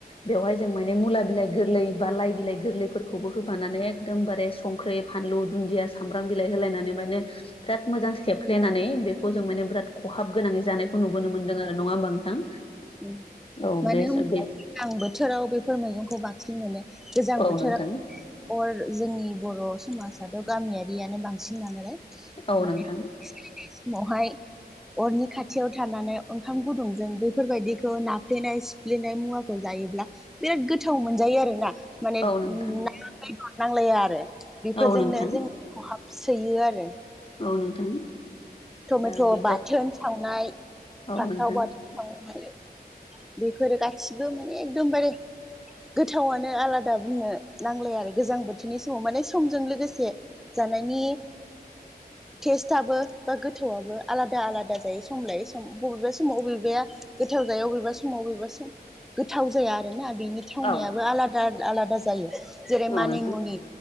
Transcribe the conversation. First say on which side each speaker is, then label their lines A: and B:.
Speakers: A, on the left; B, in the centre.
A: बेवहाय जों माने मुला बिलाइ गोरलै बा लाइ बिलाइ गोरलै फोरखौबो होफानानै एकदम बारे संख्रि, फानलु, दुनदिया सामब्रां बिलाइ होलायनानै माने बिराद मोजां सेफ्लेनानै बेखौ जों माने बिराद ख'हाब गोनाङै जानाय खौ नुबोनो मोनदों आरो नङा होमबा नोंथां?
B: ओम
A: औ
B: मानो
A: बे
B: होनबा
A: बे
B: गोजां बोथोराव बेफोर मैगंखौ बांसिन मोनो गोजां
A: औ
B: बोथोर
A: नोंथां
B: अर जोंनि बर' समाजाथ' गामियारियानो बांसिन नालाय
A: औ
B: माने
A: नोंथां
B: समावहाय अरनि खाथियाव थानानै ओंखाम गुदुंजों बै फोरबायदिखौ नाफ्लेनाय सिफ्लेनाय मुवाखौ जायोब्ला बिराद गोथाव मोनजायो आरोना माने
A: औ
B: ना
A: नोंथां
B: बेदर नांलाया आरो बेफोरजोंनो
A: औ नोंथां
B: जों ख'हाबसोयो आरो
A: औ नोंथां
B: थमेथ'
A: ओ बेफोर
B: बाथोन सावनाय,
A: औ
B: फान्थाव
A: नोंथां
B: बाथोन सावनाय बेफोरो गासिबो माने एकदमबारे गोथावानो आलादा बुंनो नांलाया आरो गोजां बोथोरनि समाव माने समजों लोगोसे जानायनि थेस्टाबो बा गोथौआबो आलादा आलादा जायो सम लायै सम बबेबा समाव बबेबाया गोथाव जायो बबेबा समाव बबेबा सम गोथाव जाया आरोना बेनि थावनायाबो
A: औ
B: आलादा आलादा जायो जेरै
A: औ
B: मानिमुनि
A: नोंथां